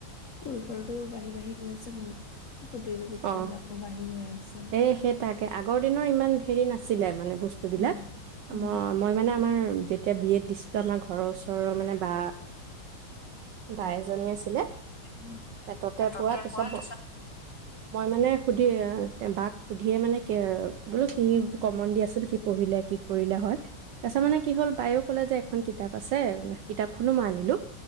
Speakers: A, on the left; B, on the right.
A: পৰিসৰটো বাঢ়ি, বাঢ়ি গৈ আছে গম প্ৰতিযোগিতা
B: অ',
A: বিলাকো বাঢ়ি গৈ আছে।
B: এই সেই তাকে আগৰ দিনৰ ইমান হেৰি নাছিলে মানে। বস্তু বিলাক
A: উম, উম।
B: ম, মই মানে আমাৰ যেতিয়া বি এড দিচ আমাৰ ঘৰৰ ওচৰৰ মানে বা, বা এজনী আছিলে
A: উম,
B: এ তাতে
A: টেটতে
B: তাৰপিছত
A: পোৱা
B: ম-
A: তাছত
B: মই মানে সুধি আ বাক সুধিয়ে মানে কে, বোলো কি কমন দিয়াচোন, কি পঢ়িলে, কি কৰিলে হয় তাছত
A: উম
B: মানে কি হ'ল বায়ো ক'লে যে, এখন কিতাপ আছে কিতাপখনো
A: উম
B: মই আনিলোঁ